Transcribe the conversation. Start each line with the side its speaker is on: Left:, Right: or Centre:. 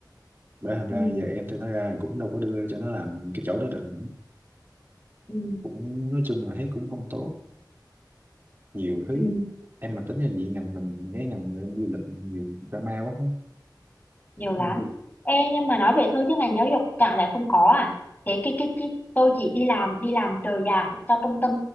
Right: bởi thành ra
Left: ừ,
Right: giờ em tôi nó ra cũng đâu có đưa cho nó làm cái chỗ đó được
Left: ừ,
Right: cũng nói chung là thấy cũng không tốt nhiều thứ
Left: ừ.
Right: lắm. em mà tính là gì ngành mình cái ngành em du lịch nhiều drama quá hết
Left: nhiều lắm
Right: ừ.
Left: Ê, nhưng mà nói về thôi chứ ngành giáo dục chẳng lẽ không có à thế cái cái cái tôi chỉ đi làm đi làm trợ giảng cho trung tâm